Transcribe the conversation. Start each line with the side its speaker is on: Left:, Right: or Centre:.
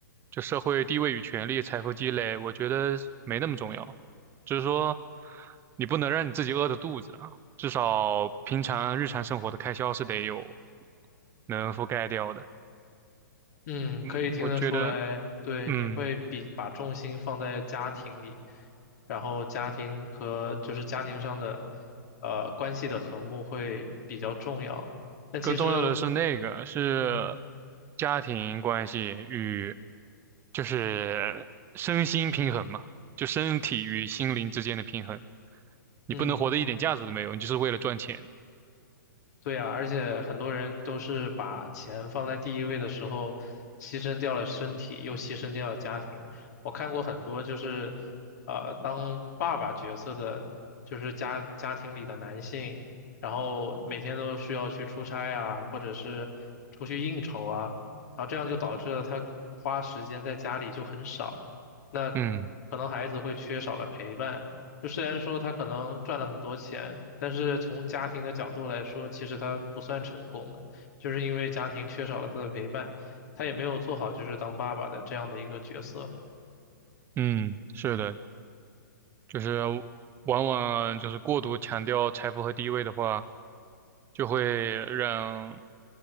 Right: 就社会地位与权力、财富积累，我觉得没那么重要。就是说，你不能让你自己饿着肚子啊，至少平常日常生活的开销是得有能覆盖掉的。
Left: 嗯，可以听得出来，
Right: 嗯，我觉得，
Left: 对，
Right: 嗯。
Left: 你会比把重心放在家庭里，然后家庭和就是家庭上的呃关系的和睦会比较重要。但其实，
Right: 更重要的是那个是
Left: 嗯。
Right: 家庭关系与就是身心平衡嘛，就身体与心灵之间的平衡。你不能活得一点价值都没有，
Left: 嗯，
Right: 你就是为了赚钱。
Left: 对呀，而且很多人都是把钱放在第一位的时候，牺牲掉了身体，又牺牲掉了家庭。我看过很多就是，呃，当爸爸角色的，就是家家庭里的男性，然后每天都需要去出差啊，或者是出去应酬啊，然后这样就导致了他花时间在家里就很少，那
Right: 嗯
Left: 可能孩子会缺少了陪伴。就虽然说他可能赚了很多钱，但是从家庭的角度来说，其实他不算成功的，就是因为家庭缺少了他的陪伴，他也没有做好就是当爸爸的这样的一个角色。
Right: 嗯，是的，就是往往就是过度强调财富和地位的话，就会让